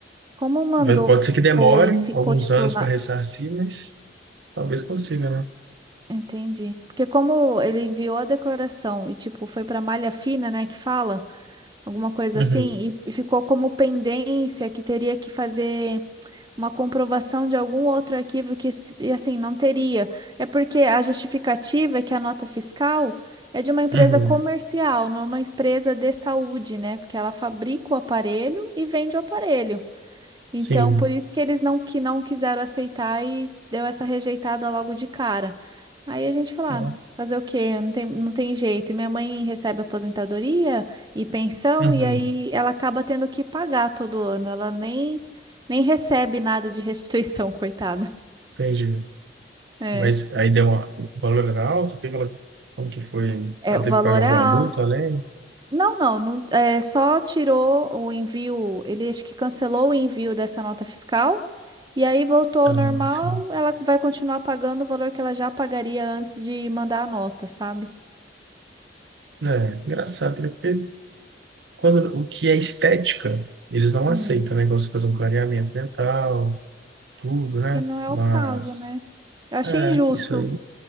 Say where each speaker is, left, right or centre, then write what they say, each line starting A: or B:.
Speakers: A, on the right; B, on the right.
A: Como mandou
B: Vai- Pode ser que demore
A: e ficou
B: alguns
A: tipo
B: anos
A: na-
B: para ressarcir, mas talvez consiga, né?
A: Entendi. Porque como ele enviou a declaração e tipo foi para malha fina, né, que fala alguma coisa
B: Uhum.
A: assim, e, e ficou como pendência que teria que fazer uma comprovação de algum outro arquivo que s- e assim não teria. É porque a justificativa é que a nota fiscal é de uma empresa
B: Uhum.
A: comercial, não é uma empresa de saúde, né? Porque ela fabrica o aparelho e vende o aparelho. Então,
B: Sim.
A: por isso que eles não que não quiseram aceitar e deu essa rejeitada logo de cara. Aí a gente falou,
B: Não.
A: ah, fazer o quê? Não tem, não tem jeito. E minha mãe recebe aposentadoria e pensão,
B: Uhum,
A: e aí ela acaba tendo que pagar todo ano. Ela nem, nem recebe nada de restituição, <laughs> coitada.
B: entendi.
A: É.
B: Mas aí deu uma, o valor era alto, teve ela, como que foi?
A: É,
B: Ela
A: o
B: teve
A: valor
B: que pagar alguma
A: é alto.
B: multa além?
A: Não, não, não, é, só tirou o envio, ele acho que cancelou o envio dessa nota fiscal e aí voltou
B: Ah,
A: ao normal,
B: sim.
A: ela vai continuar pagando o valor que ela já pagaria antes de mandar a nota, sabe?
B: É, engraçado, né? Porque quando, o que é estética, eles não
A: Hum,
B: aceitam, né? Igual você fazer um clareamento dental, tudo, né?
A: que não é
B: Mas,
A: o caso, né? Eu achei
B: é,
A: injusto,
B: isso aí